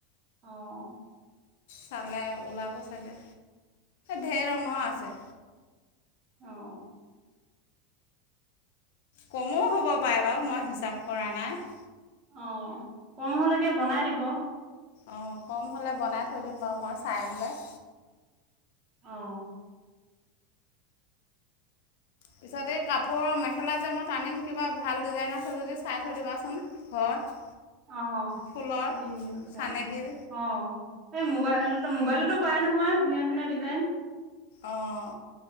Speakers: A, on the right (about 40°); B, on the left (about 75°).
A: অঁ
B: চালে ওলাব ছাগে। ধেৰ ৰঙৰ আছে।
A: অ
B: কমও হ'ব পাৰে বাৰু মই হিচাপ কৰা নাই।
A: অ কম হলেকে বনাই দিব।
B: অঁ কম হ'লে বনাই থৈ দিম বাৰু মই চাই পেলাই।
A: অ
B: পিছত এই কাপোৰৰ মেখেলা যে মই টানিম কিবা ভাল ডিজাইন আছে যদি চাই থৈ দিবাচোন ঘৰত।
A: অ
B: ফুলৰ
A: দিম দিয়ক চাই
B: চানেকিৰ
A: ম অ এই ম মোবাইলো মোবাইলতো পায় নহয় ধুনীয়া ধুনীয়া ডিজাইন।
B: আহঁ।